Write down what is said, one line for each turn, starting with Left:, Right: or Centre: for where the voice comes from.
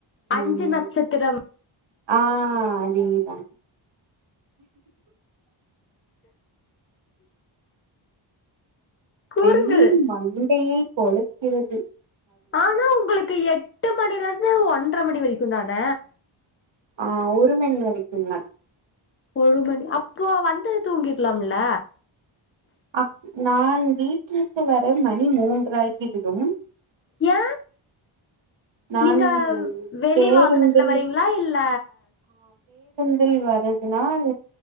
Right: ம்
Left: அஞ்சு நட்சத்திரம்
Right: ஆ நீதா
Left: கூறுங்கள்.
Right: வெயில் மண்டையை பொலக்கிறது
Left: ஆனா உங்களுக்கு எட்டு மணிலந்து அ ஒன்ற மணி வரைக்கு தான
Right: ஆஹ் ஒரு மணி வரைக்கு தா
Left: ஒரு மணி அப்போ வந்து தூங்கிரலாம்ல
Right: அ நான் வீட்டிற்கு வர மணி மூன்றாகிவிடும்
Left: ஏ
Right: நான்
Left: நீங்க வெளிவாகனத்துல
Right: பேருந்தில்
Left: வரீங்களா இல்ல
Right: தில் வரதுனால்